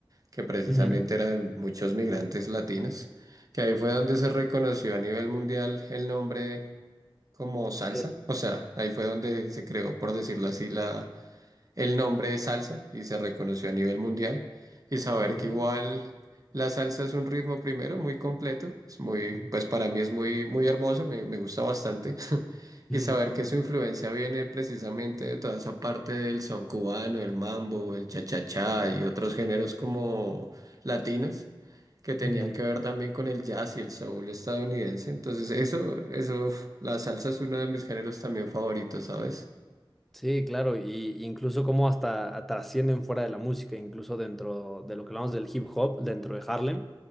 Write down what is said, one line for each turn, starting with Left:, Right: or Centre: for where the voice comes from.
Right: que precisamente
Centre: ujú,
Right: era de muchos migrantes latinos, que ahí fue donde se reconoció a nivel mundial el nombre como salsa,
Centre: Sí.
Right: o sea, ahí fue donde se creó, por decirlo así, la, el nombre de salsa y se reconoció a nivel mundial. Y saber
Centre: Ah,
Right: que igual la salsa es un ritmo primero muy completo, es muy, pues para mí es muy, muy hermoso, me, me gusta bastante. <laughs>
Centre: ujú,
Right: Y saber que su influencia viene precisamente de toda esa parte del son cubano, el mambo, el cha-cha-cha y otros géneros como latinos que tenían
Centre: ujú.
Right: que ver también con el jazz y el soul estadounidense. Entonces, eso, eso, uf, la salsa es uno de mis géneros también favoritos, ¿sabes?
Centre: Sí, claro, y incluso como hasta a- trascienden fuera de la música, incluso dentro de lo que hablamos del hip hop, dentro de Harlem,